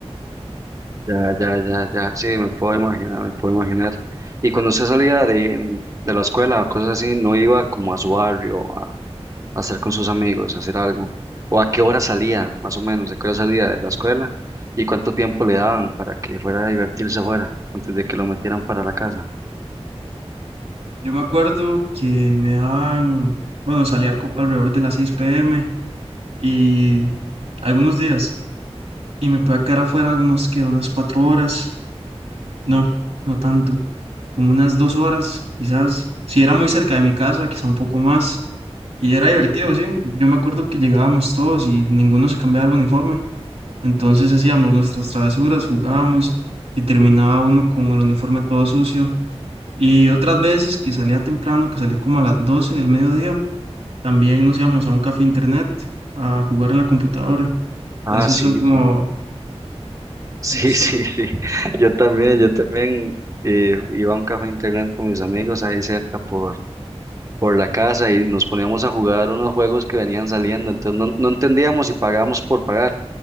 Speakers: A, on the right; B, on the right.
A: Ya, ya, ya, ya, sí, me puedo imaginar, me puedo imaginar. Y cuando usted salía de, mm, de la escuela o cosas así, ¿no iba como a su barrio a, a estar con sus amigos, a hacer algo? ¿O a qué hora salía, más o menos? ¿De qué hora salía de la escuela? ¿Y cuánto tiempo le daban para que fuera a divertirse afuera antes de que lo metieran para la casa?
B: Yo me acuerdo que me daban... Bueno, salía co- alrededor de las seis p m y algunos días y me pueda quedar afuera algunos que unas cuatro horas, no, no tanto, como unas dos horas quizás, si era muy cerca de mi casa, quizá un poco más, y era divertido, sí, yo me acuerdo que llegábamos todos y ninguno se cambiaba el uniforme, entonces hacíamos nuestras travesuras, jugábamos y terminaba uno con el uniforme todo sucio. Y otras veces que salía temprano, que salía como a las 12 del mediodía, también nos íbamos a un café internet a jugar en la computadora.
A: Ah,
B: Esos
A: sí,
B: son como
A: sí. <laughs> Sí,
B: Está-
A: sí, sí. <laughs> Yo también, yo también eh, iba a un café internet con mis amigos ahí cerca por por la casa y nos poníamos a jugar unos juegos que venían saliendo. Entonces no, no entendíamos si pagábamos por pagar,